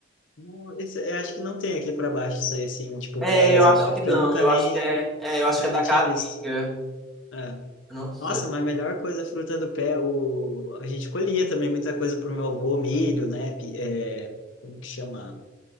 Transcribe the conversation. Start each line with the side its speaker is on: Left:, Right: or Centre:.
Left: Não, esse- eu acho que não tem aqui para baixo isso aí, assim, tipo
Centre: É,
Left: pés
Centre: eu acho
Left: e tal,
Centre: que
Left: porque
Centre: não.
Left: eu nunca
Centre: Eu
Left: nem,
Centre: acho que é, é, eu acho
Left: nunca
Centre: que é
Left: nem
Centre: da Caatinga.
Left: tinha visto. É.
Centre: Eu Não sei.
Left: Nossa, mas a melhor coisa, a fruta do pé, o... a gente colhia também muita coisa pro meu avô, milho, né? Pi- é, Como que chama?